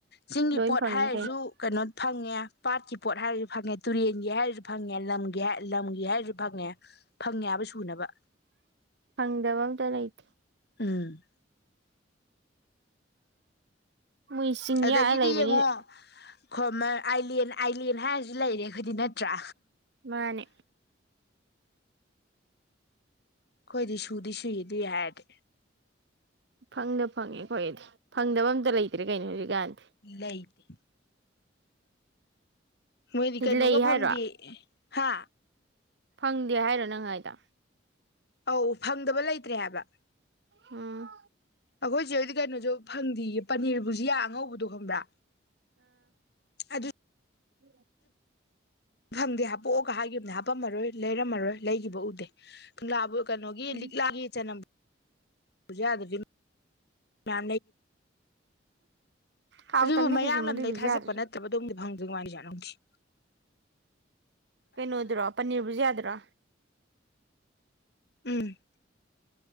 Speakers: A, on the left; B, on the right.
A: ꯆꯤꯡꯒꯤ
B: ꯂꯣꯏ
A: ꯄꯣꯠ
B: ꯐꯪꯉꯤ
A: ꯍꯥꯏꯔꯁꯨ ꯀꯩꯅꯣ ꯐꯪꯉꯦ ꯄꯥꯠꯀꯤ ꯄꯣꯠ ꯍꯥꯏꯔꯁꯨ ꯐꯪꯉꯦ ꯇꯨꯔꯦꯟꯒꯤ ꯍꯥꯏꯔꯁꯨ ꯐꯪꯉꯦ ꯂꯝꯒꯤ ꯂꯝꯒꯤ ꯍꯥꯏꯔꯁꯨ ꯐꯪꯉꯦ ꯐꯪꯉꯦ ꯍꯥꯏꯕ ꯁꯨꯅꯕ
B: ꯐꯪꯗꯕ ꯑꯝꯇ ꯂꯩꯇꯦ
A: ꯎꯝ
B: ꯃꯣꯏ ꯆꯤꯡꯌꯥ
A: ꯑꯗꯒꯤꯗꯤ
B: ꯂꯩꯕꯅꯤꯅ
A: ꯌꯦꯡꯉꯣ ꯈꯃꯔ ꯑꯥꯏꯂꯦꯟ ꯑꯥꯏꯂꯦꯟ ꯍꯥꯏꯔꯁꯨ ꯂꯩꯔꯦ ꯑꯩꯈꯣꯏꯗꯤ ꯅꯠꯇ꯭ꯔꯥ
B: ꯃꯥꯅꯦ
A: ꯑꯩꯈꯣꯏꯗꯤ ꯁꯨꯗꯤ ꯁꯨꯏ ꯑꯗꯨꯢ ꯍꯥꯏꯔꯗꯤ
B: ꯐꯪꯗ ꯐꯪꯉꯦ ꯑꯩꯈꯣꯏꯗꯤ ꯐꯪꯗꯕ ꯑꯝꯇ ꯂꯩꯇ꯭ꯔꯦ ꯀꯩꯅꯣ ꯍꯧꯖꯤꯛꯀꯥꯟꯗꯤ
A: ꯂꯩꯇꯦ ꯃꯣꯏꯗꯤ ꯀꯩꯅꯣꯒ
B: ꯂꯩ
A: ꯐꯪꯗꯦ
B: ꯍꯥꯏꯔꯣ
A: ꯍꯥ
B: ꯐꯪꯗꯦ ꯍꯥꯏꯔꯣ ꯅꯪ ꯍꯥꯏꯗꯣ
A: ꯑꯧ ꯐꯪꯗꯕ ꯂꯩꯇ꯭ꯔꯦ ꯍꯥꯏꯕ
B: ꯑꯝ
A: ꯑꯩꯈꯣꯏꯆꯦ ꯑꯣꯏꯗꯤ ꯀꯩꯅꯣꯁꯨ ꯐꯪꯗꯤꯌꯦ ꯄꯅꯤꯔꯕꯨꯖꯤꯌꯥ ꯑꯉꯧꯕꯗꯣ ꯈꯕ꯭ꯔꯥ ꯑꯗꯨ
B: ꯎꯝ
A: ꯐꯪꯗꯦ ꯍꯥꯄꯣꯛꯑꯣꯒ ꯍꯥꯏꯒꯤꯕꯅꯦ ꯍꯥꯄꯝꯃꯔꯣꯏ ꯂꯩꯔꯝꯃꯔꯣꯏ ꯂꯩꯒꯤꯕ ꯎꯗꯦ ꯀꯪꯂꯥꯕꯨ ꯀꯩꯅꯣꯒꯤ
B: ꯎꯝ
A: ꯂꯤꯛꯂꯥꯒꯤ ꯆꯅꯝ ꯕꯨꯖꯤꯌꯥꯗꯨꯖꯨ ꯂꯥ
B: ꯍꯥꯎꯇꯝꯅꯦ
A: ꯑꯗꯨꯕꯨ ꯃꯌꯥꯡ
B: ꯀꯩꯁꯨ
A: ꯂꯝꯗꯩ
B: ꯃꯗꯨꯏ ꯕꯨꯖꯤꯌꯥꯗꯨꯁꯨ
A: ꯊꯥꯖꯤꯜꯂꯛꯄ ꯅꯠꯇꯕꯗꯨꯝꯗꯤ ꯐꯪ <unintelligible>
B: ꯀꯩꯅꯣꯗꯨꯔꯣ ꯄꯅꯤꯔ ꯕꯨꯖꯤꯌꯥꯗꯨꯔꯣ
A: ꯎꯝ